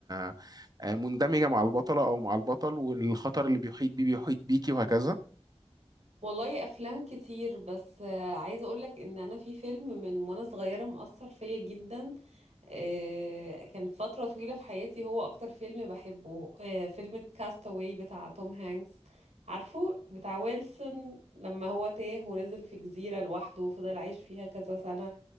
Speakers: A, on the right (about 35°); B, on the right (about 90°).
A: آه، آه، مندمجة مع البطلة او مع البطل والخطر اللي بيحيط بيه بيحيط بيكي وهكذا
B: والله افلام كتير بس آه، عايزه اقولك ان انا في فيلم من وانا صغيره مأثر فيا جدا آه، كان فترة طويلة في حياتي هو أكتر فيلم بحبه آه، فيلم كاستاوي بتاع توم هانكس عارفه بتاع ويلسون لما هو تاه ونزل في جزيرة لوحده وفضل عايش فيها كذا سنة